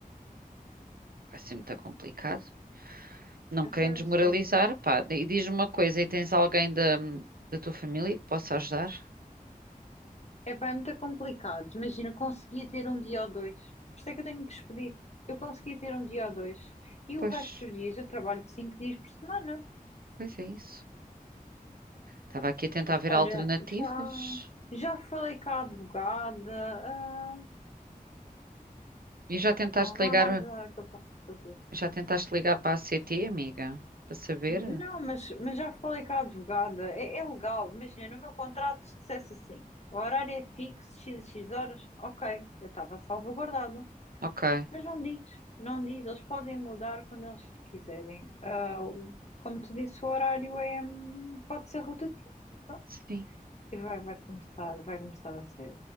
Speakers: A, on the right; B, on the left.
A: Vai ser muito complicado. Não
B: epá,
A: querem desmoralizar,
B: eu sei.
A: pá. E diz-me uma coisa, e tens alguém da, da tua família que possa ajudar?
B: Epá, é muito complicado. Imagina, conseguia ter um dia ou dois. Isto é que eu tenho que despedir. Eu conseguia ter um dia ou dois. E
A: Pois,
B: o resto dos dias eu trabalho cinco dias por semana.
A: pois é isso. Estava aqui a tentar ver
B: Olha,
A: alternativas.
B: já, já falei com a advogada. ah,
A: E já tentaste
B: não, não
A: ligar,
B: há nada que eu possa fazer.
A: já tentaste ligar para a CT, amiga? Para saber?
B: N- Não, mas, mas já falei com a advogada, é, é legal, imagina, no meu contrato se dissesse assim, o horário é fixo, x, x horas, ok, eu estava salvaguardada,
A: Ok.
B: mas não diz, não diz, eles podem mudar quando eles quiserem. Ah, o- como te disse, o horário é, hum, pode ser rotativo, pronto,
A: Sim.
B: e vai, vai começar, vai começar a ser.